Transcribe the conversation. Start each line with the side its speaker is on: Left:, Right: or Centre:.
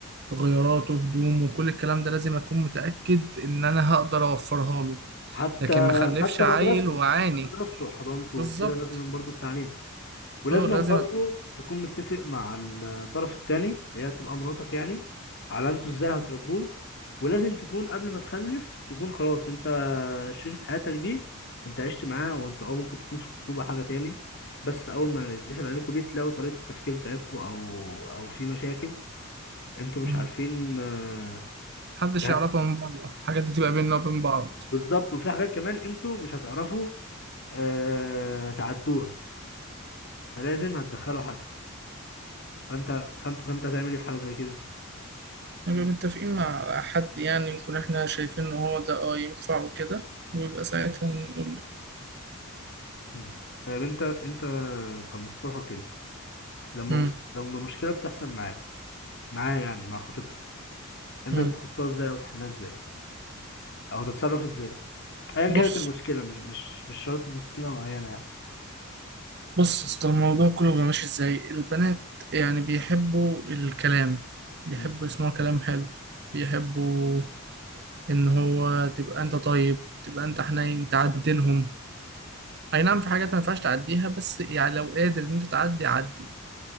Right: غياراته هدومه كل الكلام ده لازم أكون متأكد إن أنا هقدر أوفرها له
Left: حتى
Right: لكن ما أخلفش
Left: حتى
Right: عيل
Left: مدرسته
Right: وعاني
Left: حتى مدرسته وحضانته
Right: بالظبط
Left: وكده لازم برضه في تعليم ولازم
Right: أه لازم
Left: برضه
Right: أت...
Left: تكون متفق مع الطرف التاني اللي هي تبقى مراتك يعني على انتوا ازاي هتربوه ولازم تكون قبل ما تخلف تكون خلاص انت شريكة حياتك دي انت عشت معاها وانت اه ممكن تكون في الخطوبة حاجة تاني بس اول ما يتقفل عليكم بيت لو طريقة التفكير بتاعتكم او او في مشاكل انتوا مش
Right: مم.
Left: عارفين آه،
Right: محدش
Left: ته-
Right: يعرفها من بره الحاجات دي تبقى بيننا وبين بعض
Left: بالظبط وفي حاجات كمان انتوا مش هتعرفوا آه، تعدوها فلازم هتدخلوا حد فانت فانت فانت هتعمل ايه في حاجه زي كده
Right: نبقى متفقين مع حد يعني نكون احنا شايفين ان هو ده اه ينفع وكده ويبقى ساعتها نقول
Left: مم. طيب انت انت كمصطفى كده لما
Right: امم
Left: مص... لما مشكله بتحصل معاك معايا يعني مع خطيبتك انت
Right: امم
Left: تتخطاها ازاي او تحلها ازاي او تتصرف ازاي ايا
Right: بص
Left: كانت المشكله مش مش مش شرط مشكله معينه يعني
Right: بص اصل الموضوع كله بيبقى ماشي ازاي البنات يعني بيحبوا الكلام بيحبوا
Left: مم.
Right: يسمعوا كلام حلو بيحبوا ان هو تبقى انت طيب تبقى انت حنين تعدلهم اي نعم في حاجات ما ينفعش تعديها بس يعني لو قادر ان انت تعدي عدي